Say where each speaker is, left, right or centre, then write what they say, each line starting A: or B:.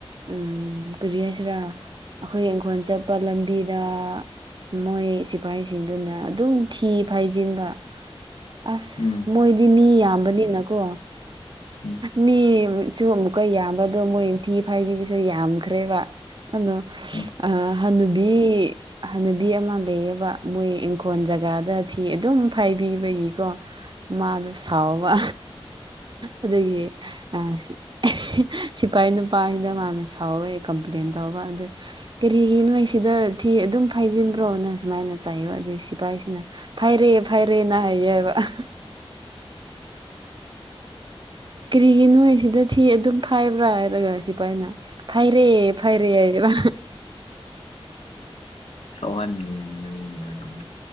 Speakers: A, on the right; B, on the left.
A: ꯎꯝ ꯀꯔꯤ ꯍꯥꯏꯁꯤꯔꯥ ꯑꯩꯈꯣꯏ ꯏꯪꯈꯣꯜ ꯆꯠꯄ ꯂꯝꯕꯤꯗ ꯃꯣꯏ ꯁꯤꯐꯥꯏꯁꯤꯡꯗꯨꯅ ꯑꯗꯨꯝ ꯊꯤ ꯐꯥꯏꯖꯤꯟꯕ ꯑꯁ
B: ꯎꯝ
A: ꯃꯣꯏꯗꯤ ꯃꯤ ꯌꯥꯝꯕꯅꯤꯅꯀꯣ
B: ꯎꯝ
A: ꯃꯤꯁꯨ ꯑꯃꯨꯛꯀꯥ ꯌꯥꯝꯕꯗꯣ ꯃꯣꯏꯊꯤ ꯐꯥꯏꯕꯤꯕꯁꯨ ꯌꯥꯝꯈ꯭ꯔꯦꯕ ꯑꯅꯣ
B: ꯎꯝ ꯎꯝ
A: ꯑꯥ ꯍꯅꯨꯕꯤ ꯍꯅꯨꯕꯤ ꯑꯃ ꯂꯩꯌꯦꯕ ꯃꯣꯏ ꯏꯪꯈꯣꯜ ꯖꯒꯥꯗ ꯊꯤ ꯑꯗꯨꯝ ꯐꯥꯏꯕꯤꯕꯒꯤꯀꯣ ꯃꯥꯗꯣ ꯁꯥꯎꯕ ꯑꯗꯨꯒꯤ ꯑꯥ ꯁꯤ ꯁꯤꯐꯥꯏ ꯅꯨꯄꯥꯁꯤꯅ ꯃꯥꯅ ꯁꯥꯎꯋꯦ ꯀꯝꯄ꯭ꯂꯦꯟ ꯇꯧꯕ ꯑꯗꯩ ꯀꯔꯤꯒꯤ ꯅꯣꯏ ꯁꯤꯗ ꯊꯤ ꯑꯗꯨꯝ ꯐꯥꯏꯖꯤꯟꯕ꯭ꯔꯣꯅ ꯁꯨꯃꯥꯏꯅ ꯆꯥꯏꯕ ꯑꯗꯨꯒꯤ ꯁꯤꯐꯥꯏꯁꯤꯅ ꯐꯥꯏꯔ‍ꯦ ꯐꯥꯏꯔꯦ ꯅ ꯍꯥꯏꯌꯦꯕ ꯌꯥꯎꯕ ꯑꯍ ꯀꯔꯤꯒꯤ ꯅꯣꯏꯁꯤꯗ ꯊꯤ ꯑꯗꯨꯝ ꯈꯥꯏꯕ꯭ꯔꯥ ꯍꯥꯏꯔꯒ ꯁꯤꯐꯥꯏꯅ ꯐꯥꯏꯔꯦ ꯐꯥꯏꯔꯦ ꯍꯥꯏꯒ‌ꯦꯔ
B: ꯁꯧꯍꯟꯅꯤꯡꯉꯏꯅꯤ ꯑꯣꯏꯔꯝꯅꯤ